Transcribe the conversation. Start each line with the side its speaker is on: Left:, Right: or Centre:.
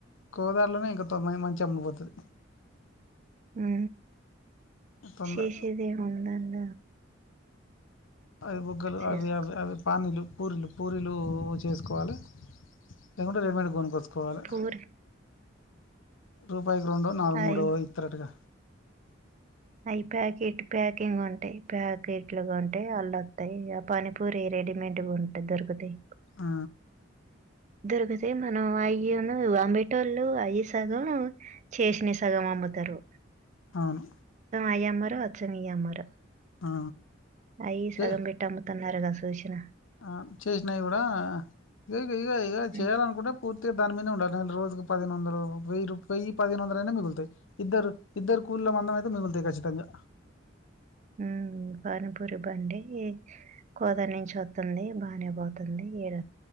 Left: కోదాలోనే ఇంక తొందంది మంచిగా అమ్డిపోతది
Right: అ
Left: తొందర
Right: శేషి ది ఉందన్న
Left: అవి బగలు
Right: చేసుకో
Left: అవి అ అవి పా పన్నలు పూరీలు పూరీలు చేసుకోవాలి లేకుంటే రెడీమేడ్ కొను కొనుకోచ్చుకోవాలి కోవాలి
Right: పూరి
Left: రూపాయికి రెండో నాలుగు
Right: అయి
Left: మూడో ఇతరటుగ
Right: అవి ప్యాకెట్ ప్యాకింగ్ ఉంటాయి ప్యాకెట్లుగా ఉంటే అల్లుస్తాయి అ పానీ పూరి రెడీమేడ్ ఉంటాది దొరుకుతాయి
Left: ఆ
Right: దొరికితే మనం అయ అంబేటోళ్ళు అయ సగం చేసిన సగం అమ్ముతారు
Left: అవును
Right: అయ మర అచ్చం మీయ్యమర
Left: ఆ
Right: అయి సగం
Left: చే
Right: పెట్టా కన్నరగా సూచ్చిన
Left: ఆ చేసినాయి కూడా ఇ ఇక ఇక
Right: ఉమ్,
Left: చేయాలనుకుంటే పూర్తిగా దాని మీద ఉండాల నేను రోజు పదిహేను వందలు వెయ్యి వెయ్యి పదిహేను వందల అయినా మిగులుతాయి. ఇద్దరు ఇద్దరు కూళ్ల మందం అయితే మిగులుతాయి ఖచ్చితంగా
Right: ఉమ్ పానీపూరి బండి కోతరి నుంచి వస్తుంది బానే పోతుంది ఏడ